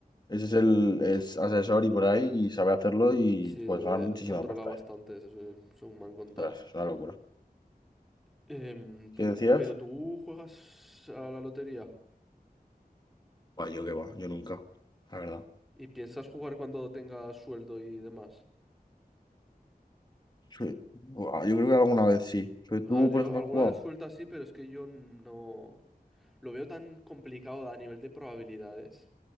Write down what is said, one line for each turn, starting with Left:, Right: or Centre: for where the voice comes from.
Left: Ese es el es asesor y por ahí y sabe hacerlo y
Centre: sí,
Left: puedes
Centre: le-
Left: ganar muchísima
Centre: controla
Left: pasta,
Centre: bastante,
Left: ¿eh?
Centre: eso, sí, me han contado.
Left: Ostras, Es una locura.
Centre: Em, tú-
Left: ¿Qué decías?
Centre: pero tú juegas a la lotería.
Left: Buah, yo qué va, yo nunca, la verdad.
Centre: ¿Y piensas jugar cuando tengas sueldo y demás?
Left: Sí. Buah, yo creo que alguna vez sí. Pero
Centre: A
Left: tú,
Centre: ver, yo
Left: por ejemplo,
Centre: alguna
Left: has jugado.
Centre: vez suelta sí, pero es que yo no... Lo veo tan complicado a nivel de probabilidades